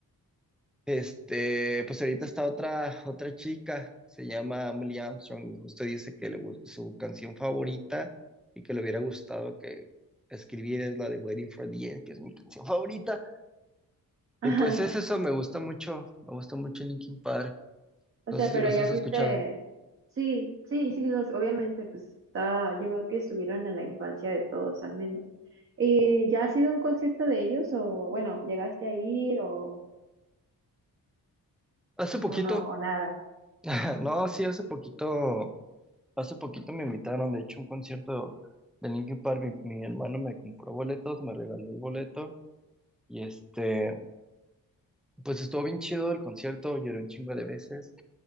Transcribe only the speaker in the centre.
Este, pues ahorita está otra, otra chica, se llama Emily Armstrong y justo dice que le gus- su canción favorita y que le hubiera gustado que escribir es la de Waiting for the End, que es mi canción favorita.
Y pues es eso, me gusta mucho, me gusta mucho Linkin Park.
No
sé
si los
has
escuchado.
Hace poquito,
<laughs> no, sí, hace poquito, hace poquito me invitaron, de hecho, a un concierto de Linkin Park. Mi, mi hermano me compró boletos, me regaló el boleto y este, pues estuvo bien chido el concierto, lloré un chingo de veces.